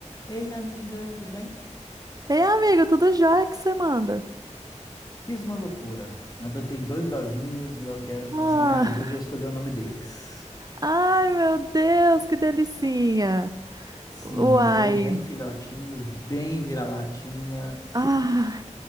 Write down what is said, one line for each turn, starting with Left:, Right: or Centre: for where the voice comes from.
Left: Ei, amiga, tudo bem?
Right: Ei, amigo, tudo jóia que você manda?
Left: Fiz uma loucura. Adotei dois doguinhos e eu quero que
Right: Ah,
Left: você me ajude a escolher o nome deles.
Right: ai, meu Deus, que delicinha!
Left: Sim,
Right: Uai,
Left: os dois bem filhotinhos, bem vira-latinhas.
Right: ah,